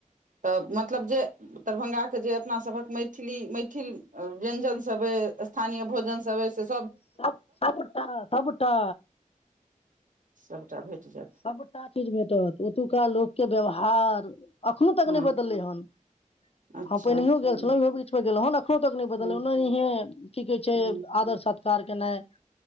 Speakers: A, on the right; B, on the left.
A: तऽ मतलब जे दरभंगाके जे अपनासभक मैथिली मैथिल व्यञ्जनसभ अइ स्थानीय भोजन सब ऐ स
B: सब सबटा सबटा
A: सबटा भेट जायत
B: सबटा चीज भेटत ओतुका लोकके व्यवहार अखनो तक
A: हँ
B: नहि बदलै हन
A: अच्छा
B: हं पहिनैयो
A: हूँ
B: गेल छलौ इहो बीचमे गेलउं हन अखनो तक नहि बदल
A: हूँ
B: ओनाहे की कहे छै
A: हूँ
B: आदर सत्कार केनाइ